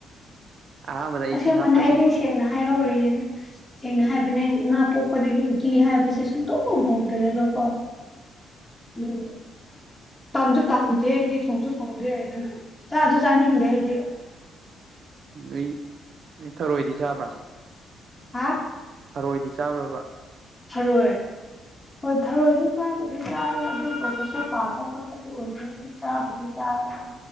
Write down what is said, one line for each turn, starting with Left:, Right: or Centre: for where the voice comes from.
Right: ꯑꯍꯥꯟꯕꯗ ꯏꯁꯤꯡ
Left: ꯑꯁꯑꯦꯡꯕꯅꯦ
Right: ꯍꯥꯞꯄꯅꯤ
Left: ꯑꯩꯗꯤ ꯁꯦꯡꯅ ꯍꯥꯏꯍꯧꯔꯤꯁꯤꯅꯤ
Right: ꯎꯝ
Left: ꯁꯦꯡꯅ
Right: ꯎꯝ
Left: ꯍꯥꯏꯕꯅꯑꯦ ꯑꯩꯗꯤ ꯏꯃꯥ ꯄꯣꯛꯄꯗꯒꯤ ꯎꯇꯤ ꯍꯥꯏꯕꯁꯦ ꯁꯨꯡꯊꯣꯡ ꯊꯑꯣꯡꯗ꯭ꯔꯦꯕꯀꯣ ꯎꯝ ꯇꯝꯁꯨ ꯇꯝꯗꯦ ꯑꯩꯗꯤ ꯊꯣꯡꯁꯨ ꯊꯣꯡꯗꯦ <unintelligible> ꯑꯩꯗꯤ ꯆꯥꯁꯨ
Right: ꯎꯝ
Left: ꯆꯥꯅꯤꯡꯗꯦ ꯑꯩꯗꯤ
Right: ꯑꯩ ꯅꯪ ꯊꯔꯣꯏꯗꯤ ꯆꯥꯕ꯭ꯔꯥ
Left: ꯍꯥ
Right: ꯊꯔꯣꯏꯗꯤ ꯆꯥꯕꯔꯥ ꯕꯥ
Left: ꯊꯔꯣꯏ ꯍꯣꯏ ꯊꯔꯣꯏꯁꯨ ꯆꯥꯕꯨꯗꯤ ꯆꯥꯌꯦ ꯑꯗꯨꯕꯨ ꯐꯖꯅꯥ ꯄꯥꯝꯕꯗꯤ ꯑꯣꯏꯗꯦ ꯆꯥꯕꯨꯗꯤ ꯆꯥꯏ <inaudible>